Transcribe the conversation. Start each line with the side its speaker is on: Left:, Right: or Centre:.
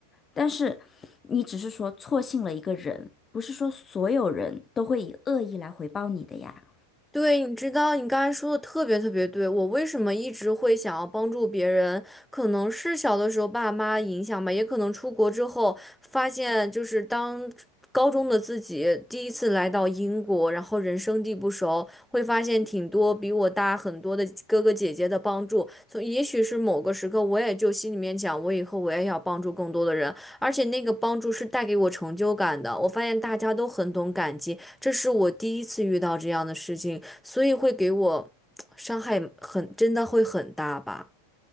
Left: 但是你只是说错信了一个人，不是说所有人都会以恶意来回报你的呀。
Centre: 对，你知道你刚才说的特别特别对，我为什么一直会想要帮助别人，可能是小的时候爸妈影响吧，也可能出国之后发现，就是当高中的自己第一次来到英国，然后人生地不熟，会发现挺多比我大很多的哥哥姐姐的帮助，所以也许是某个时刻，我也就心里面讲，我以后我也要帮助更多的人，而且那个帮助是带给我成就感的，我发现大家都很懂感激，这是我第一次遇到这样的事情，所以会给我伤害很，真的会很大吧。